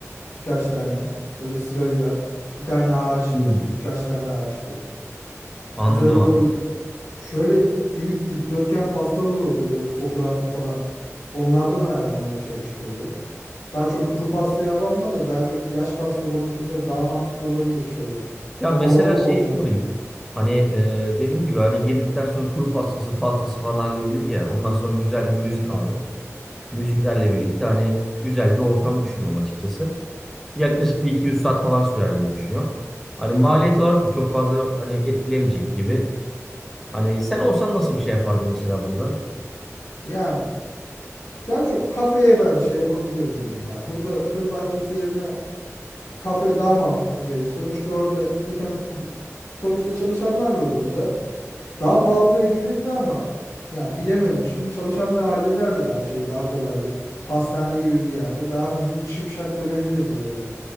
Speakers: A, on the left; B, in the centre.
A: Birkaç tane. Böyle sırayla bir tane ağaçtır,
B: Hmm,
A: birkaç tane ağaçtır.
B: anladım
A: Güzel olabilir.
B: abi.
A: Şöyle büyük dikdörtgen pastalar oluyor böyle fotoğraflı falan. Onlardan ayarlamaya çalış böyle. Daha çok kuru pastaya abanma da daha çok yaş pasta konusunda daha mantıklı olabilir şöyle.
B: Ya mesela
A: Kalabalık
B: şeyi
A: olacağını.
B: sorayım. Hani e, dediğim gibi hani girdikten sonra kuru pastası, pastası falan halledildi ya. Ondan sonra güzel bir müzik abi. Müziklerle birlikte hani güzel bir ortam düşünüyorum açıkçası. Yaklaşık bir 200 saat falan sürer diye düşünüyorum. Hani maliyet olarak da çok fazla hani etkilemeyecek gibi. Hani sen olsan nasıl bir şey yapardın mesela burada?
A: Yani daha çok kafeye ben şey yapabilirdim ya. Burada kır bahçesi yerine kafe daha mantıklı gelir. Sonuçta orada bir ton sonuçta çalışanlar var orada. Daha pahalıya gelirdi ama ya bilemedim. Şimdi çalışanları hallederdi her şey daha kolay bir pastane gibi bir yerde. Daha hızlı şipşak dönebilirdi böyle.